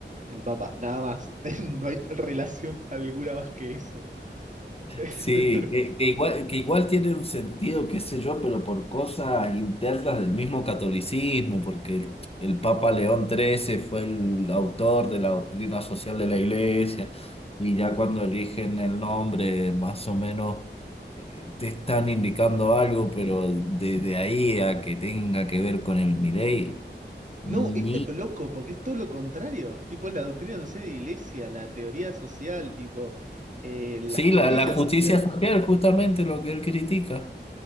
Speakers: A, on the right (about 40°); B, on the left (about 30°).
A: el papa, nada más. <laughs> No hay relación alguna más que eso. <laughs>
B: Sí, que, que igual, que igual tiene un sentido, qué sé yo, pero por cosas internas del mismo catolicismo, porque el, el Papa León XIII fue el autor de la doctrina social de la Iglesia, y ya cuando eligen el nombre, más o menos eh, te están indicando algo, pero desde ahí a que tenga que ver con el Milei, ni...
A: No, esto es lo loco, porque es todo lo contrario. Tipo, es la doctrina social de iglesia, la teoría social, tipo, eh, la
B: Sí,
A: justicia
B: la, la justicia
A: social.
B: social, justamente lo que él critica.